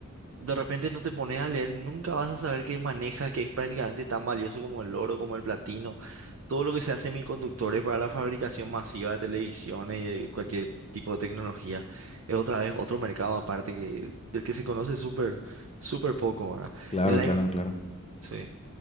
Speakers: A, on the right; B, on the left.
A: de repente no te pones a leer, nunca vas a saber qué maneja, que es prácticamente tan valioso como el oro, como el platino, todo lo que sea semiconductores para la fabricación masiva de televisiones y de cualquier tipo de tecnología. Es otra vez otro mercado aparte que, del que se conoce súper, súper poco, ¿verdad?
B: Claro,
A: El life,
B: claro, claro.
A: sí.